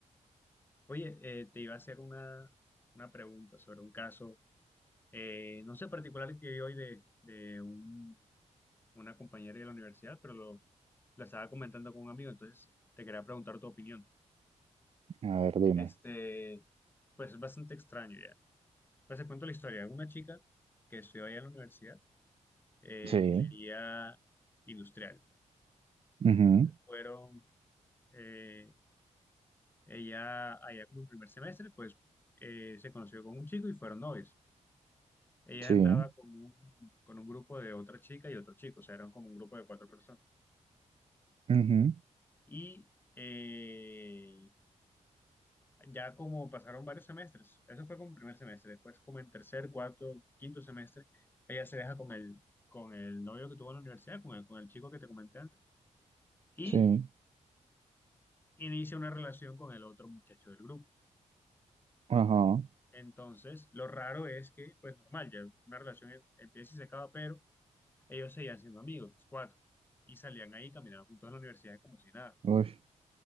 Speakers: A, on the left; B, on the right.
A: Oye, eh, te iba a hacer una, una pregunta sobre un caso, eh, no sé, particular que vi hoy de, de un- una compañera de la universidad, pero lo, la estaba comentando con un amigo, entonces te quería preguntar tu opinión.
B: A ver, dime.
A: Este, pues es bastante extraño ya. Pues te cuento la historia. Una chica que estudió allá en la universidad, eh,
B: Sí,
A: ingeniería industrial.
B: ujú,
A: Entonces, fueron eh, ella allá como en primer semestre, pues eh, se conoció con un chico y fueron novios. Ella
B: sí,
A: andaba con un, con un grupo de otra chica y otro chico, o sea, eran como un grupo de cuatro personas.
B: ujú,
A: Y eh, ya como pasaron varios semestres, eso fue como en primer semestre, después como en tercer, cuarto, quinto semestre, ella se deja con el, con el novio que tuvo en la universidad, con el, con el chico que te comenté antes, y
B: sí,
A: inicia una relación con el otro muchacho del grupo.
B: ajá,
A: Entonces, lo raro es que, pues normal, ya una relación em- empieza y se acaba, pero ellos seguían siendo amigos, los cuatro, y salían ahí, caminaban juntos a la universidad como si nada.
B: uy.